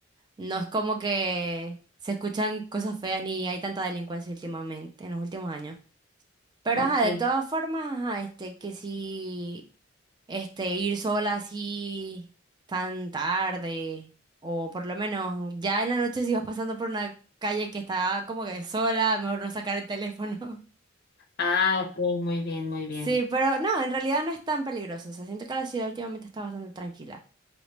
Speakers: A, on the right; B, on the left.
A: no es como que se escuchan cosas feas ni hay tanta delincuencia últimamente, en los últimos años. Pero
B: ok.
A: ajá, de todas formas, ajá, este, que si este, ir sola así tan tarde, o por lo menos ya en la noche si vas pasando por una calle que está como que sola, mejor no sacar el teléfono. <laughs>
B: Ah, ok, muy bien, muy bien.
A: Sí, pero no, en realidad no es tan peligroso. O sea, siento que la ciudad últimamente está bastante tranquila.